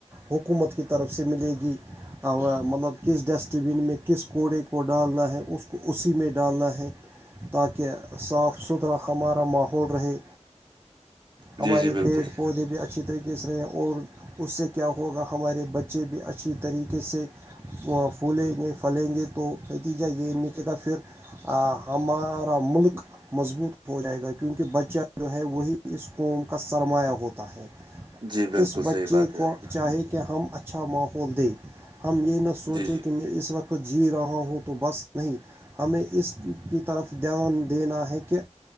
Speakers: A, on the right (about 20°); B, on the right (about 40°).
A: حکومت کی طرف سے ملے گی مطلب کس ڈسٹ بین میں کس کوڑے کو ڈالنا ہے اس کو اسی میں ڈالنا ہے تاکہ صاف ستھرا ہمارا ماحول رہے ہماری
B: جی جی بالکل
A: پیڑ پودے بھی اچھی طریقے سے رہیں اور اس سے کیا ہوگا ہمارے بچے بھی اچھی طریقے کس سے پھولیں گے پھلیں گے تو نتیجہ یہ نیچے کاا پھر ہمارا ملک مضبوط ہو جائے گا کیونکہ بچہ جو ہے وہی اس قوم کا سرمایہ ہوتا ہے
B: جی بالکل
A: اس بچے
B: صحیح بات ہے
A: کو
B: آپ کی
A: چاہے کہ ہم اھ اچھا ماحول دے ہم یہ نہ سوچیں
B: جی جی
A: کہ میں اس وقت جی رہا ہوں تو بس نہیں ہمیں اس کی طرف دھیان دینا ہے کہ